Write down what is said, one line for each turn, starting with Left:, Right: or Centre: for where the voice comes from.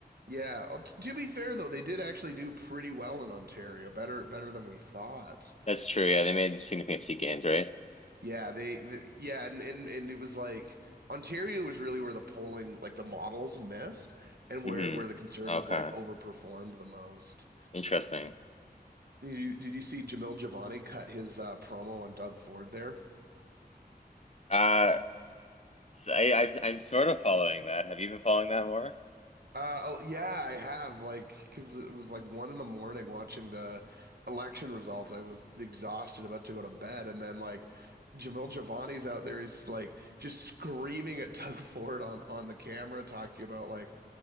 Right: Yeah, uh, t- to be fair though, they did actually do pretty well in Ontario, better better than we thought.
Left: That's true. Yeah, they made significant seat gains, right?
Right: Yeah, they, they yeah, and, and and it was like Ontario was really where the polling, like the models missed and where
Left: hmm
Right: where the conservatives
Left: Okay,
Right: like overperformed the most.
Left: interesting.
Right: You, did you see Jamil Giovanni cut his uh, promo on Doug Ford there?
Left: Uh, so I, I I'm sort of following that. Have you been following that more?
Right: Uh, oh, yeah, I have like because it was like one in the morning watching the election results. I was exhausted, about to go to bed, and then like Jamil Giovanni's out there. He's like just screaming at <laughs> Doug Ford on on the camera, talking about like